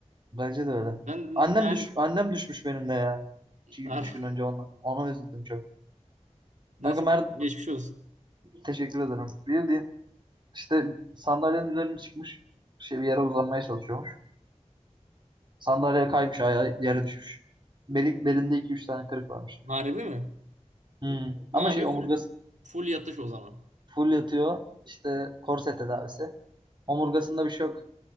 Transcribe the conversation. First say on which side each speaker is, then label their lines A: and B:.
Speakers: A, on the right; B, on the right.
A: Bence de öyle.
B: Ben
A: Annem
B: yani
A: düş annem düşmüş benim de ya. 2
B: <laughs>
A: üç gün önce ona, ona üzüldüm çok.
B: nasıl
A: Kanka Mer
B: geçmiş olsun.
A: teşekkür ederim. Bildiğin işte sandalyenin üzerine çıkmış şey bir yere uzanmaya çalışıyormuş. Sandalyeye kaymış ayağı yere düşmüş. Beli, belinde iki üç tane kırık varmış.
B: Harbi mi?
A: Hmm.
B: Ne
A: Ama
B: abi
A: şey omurgası
B: full full yatış o zaman.
A: Full yatıyor. İşte korse tedavisi. Omurgasında bir şey yok.